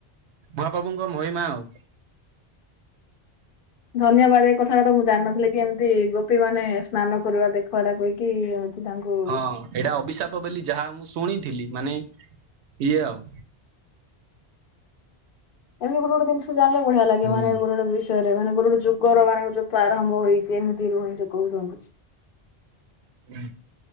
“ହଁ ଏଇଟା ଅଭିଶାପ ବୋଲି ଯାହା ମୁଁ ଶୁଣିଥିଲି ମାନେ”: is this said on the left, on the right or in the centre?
Right